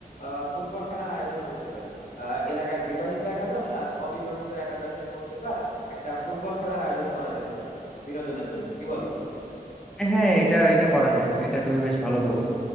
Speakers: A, on the left; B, in the centre.
A: আহ, ফুটবল খেলার আয়োজন করতে পারি আহ, এলাকার বিবাহিত একাদশ আর অবিবাহিত একাদশের মধ্যকার একটা ফুটবল খেলার আয়োজন করা যেতে পারে বিনোদনের জন্য কি বলো
B: হ্যাঁ এটা এটা করা যায় এটা তুমি বেশ ভালো বলছো